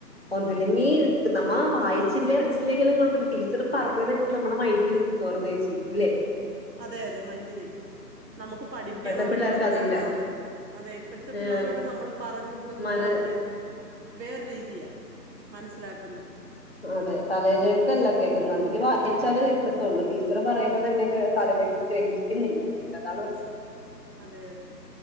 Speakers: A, on the left; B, on the right.
A: ഒന്നല്ലെങ്കി നമ്മ വായിച്ചില്ലേ അടച്ചില്ലേക്കെല്ലും കുഴപ്പമില്ല ടീച്ചർ പറഞ്ഞതെും നമ്മുടെ മൈൻഡില് കുറന്നേച്ചി ഇല്ലേ
B: അതെ അതെ മൈൻന്ഡ നക്കും നമുക്ക് പഠിക്കണം
A: ഇപ്പഴത്തെ പിള്ളേർക്ക്
B: പത്ത
A: അതില്ല
B: അതെ അതെ ഇപ്പോഴത്തെ പിള്ളോരോട്
A: ഏഹ്
B: നമ്മള് പറഞ്ഞു കൊടുക്കുമ്പോ
A: മല
B: അവര് വേറ രീതിയ മനസ്സിലാക്കുന്ന
A: അതെ തലയിലേക്കല്ല കേയറ്റുന്നത് എനിക്ക് വായിച്ചാലല് കിട്ടത്തുള്ളൂ ടീച്ചർ പറയുന്നത് എങ്ങനെ തലേക്ക് ഗ്രഹിക്കുന്നില്ല അതാണ്
B: അതെ അതെ